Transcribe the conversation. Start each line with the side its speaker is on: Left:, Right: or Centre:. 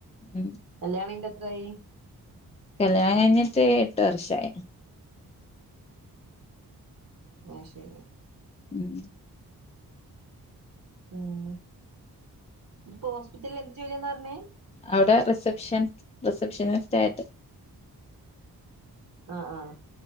Left: ഉം
Right: കല്യാണം കഴിഞ്ഞിട്ട് എത്രായി
Left: കല്യാണം കഴിഞ്ഞിട്ട് എട്ട് വർഷായി
Right: അഹ് ശരി
Left: ഉം
Right: ഉം ഇപ്പോ ഹോസ്പിറ്റലിൽ എന്ത് ജോലിയാ ന്നപറഞ്ഞ
Left: അവിടെ റിസപ്ഷൻ റിസപ്ഷനിസ്റ്റ് ആയിട്ട്
Right: ആഹ് ആഹ്